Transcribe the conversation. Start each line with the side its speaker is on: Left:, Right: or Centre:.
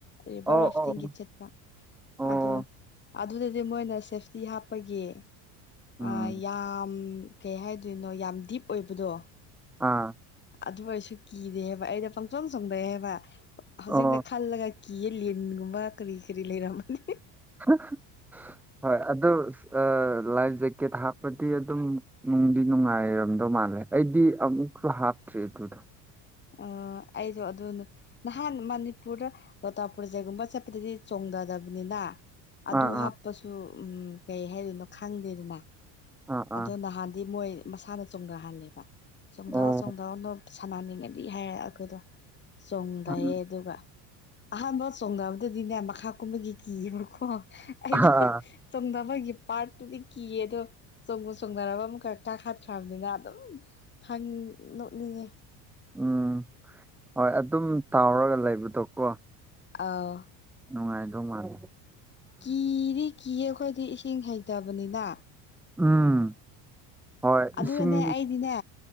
Left: ꯔꯤꯚꯔ
Centre: ꯑꯣ
Left: ꯔꯥꯐꯇꯤꯡꯒꯤ
Centre: ꯑꯣ
Left: ꯆꯦꯠꯄ
Centre: ꯑꯣ
Left: ꯑꯗꯣ ꯑꯗꯨꯗꯗꯤ ꯃꯣꯏꯅ ꯁꯦꯐꯇꯤ ꯍꯥꯞꯄꯒꯤ
Centre: ꯎꯝ
Left: ꯑꯥ ꯌꯥꯝ ꯀꯩ ꯍꯥꯏꯗꯣꯏꯅꯣ ꯌꯥꯝ ꯗꯤꯞ ꯑꯣꯏꯕꯗꯣ
Centre: ꯑꯥ
Left: ꯑꯗꯨ ꯑꯣꯏꯁꯨ ꯀꯤꯗꯦꯕ ꯑꯩꯩꯅ ꯄꯪꯆꯣꯡ ꯆꯣꯡꯗꯩ ꯍꯥꯏꯕ ꯍꯧꯖꯤꯛꯗ
Centre: ꯑꯣ
Left: ꯈꯜꯂꯒ ꯀꯤꯌꯦ ꯂꯤꯟꯒꯨꯝꯕ ꯀꯔꯤ ꯀꯔꯤ ꯂꯩꯔꯝ <unintelligible>
Centre: ꯍꯥ ꯍꯥ ꯍꯣꯏ ꯑꯗꯨ ꯑꯥ ꯂꯥꯏꯐ ꯖꯦꯛꯀꯦꯠ ꯍꯥꯞꯄꯗꯤ ꯑꯗꯨꯝ ꯅꯨꯡꯗꯤ ꯅꯨꯡꯉꯥꯏꯔ ꯔꯝꯗꯧ ꯃꯥꯜꯂꯦ ꯑꯩꯗꯤ ꯑꯃꯨꯛꯁꯨ ꯍꯥꯞꯇ꯭ꯔꯤ ꯑꯗꯨꯗꯣ
Left: ꯑꯥ ꯑꯩꯖꯣ ꯑꯗꯨꯅ ꯅꯍꯥꯟ ꯃꯅꯤꯄꯨꯔꯗ ꯂꯣꯛꯇꯥꯛ ꯄ꯭ꯔꯣꯖꯦꯛꯒꯨꯝꯕ ꯆꯠꯄꯗꯗꯤ ꯆꯣꯡꯗꯗꯕꯅꯤꯅ ꯑꯗꯨ
Centre: ꯑꯥ ꯑꯥ
Left: ꯍꯥꯞꯄꯁꯨ ꯎꯝ ꯀꯩ ꯍꯥꯏꯗꯣꯏꯅꯣ ꯈꯪꯗꯦꯗꯅ
Centre: ꯑꯥ ꯑꯥ
Left: ꯑꯗꯣ ꯅꯍꯥꯟꯗꯤ ꯃꯣꯏ ꯃꯁꯥꯅ ꯆꯣꯡꯊꯍꯜꯂꯦꯕ ꯆꯣꯡꯗꯥꯎ
Centre: ꯑꯣ
Left: ꯆꯣꯡꯗꯥꯎ ꯁꯥꯟꯅꯅꯤꯡꯉꯗꯤ ꯍꯥꯏꯔꯦ ꯑꯈꯣꯏꯗꯣ ꯆꯣꯡꯗꯩꯌꯦ
Centre: ꯎꯝ
Left: ꯑꯗꯨꯒ ꯑꯍꯥꯟꯕ ꯆꯣꯡꯗꯕꯗꯗꯤꯅꯦ ꯃꯈꯥ ꯀꯨꯝꯕꯒꯤ ꯀꯤꯌꯦꯕꯀꯣ ꯑꯩꯗꯣ
Centre: ꯑꯥ
Left: ꯆꯣꯡꯙꯥꯕꯒꯤ ꯄꯥꯔꯠꯇꯨꯗꯤ ꯀꯤꯌꯦ ꯑꯗꯣ ꯆꯣꯡꯕꯨ ꯆꯣꯡꯙꯔꯕ ꯑꯃꯨꯛꯀꯥ ꯀꯥꯈꯠꯈ꯭ꯔꯕꯅꯤꯅ ꯑꯗꯨꯝ ꯈꯪ ꯅꯣꯛꯅꯤꯡꯉꯦ
Centre: ꯎꯝ ꯍꯣꯏ ꯑꯗꯨꯝ ꯇꯥꯎꯔꯒ ꯂꯩꯕꯗꯣ ꯀꯣ
Left: ꯑꯥꯎ
Centre: ꯅꯨꯡꯉꯥꯏꯗꯧ ꯃꯥꯜꯂꯦ
Left: ꯀꯤꯗꯤ ꯀꯤꯌꯦ ꯑꯈꯣꯏꯗꯤ ꯏꯁꯤꯡ ꯍꯩꯇꯕꯅꯤꯅ
Centre: ꯎꯝ ꯍꯣꯏ
Left: ꯑꯗꯨꯒꯅꯦ
Centre: ꯏꯁꯤꯡ
Left: ꯑꯩꯗꯤꯅꯦ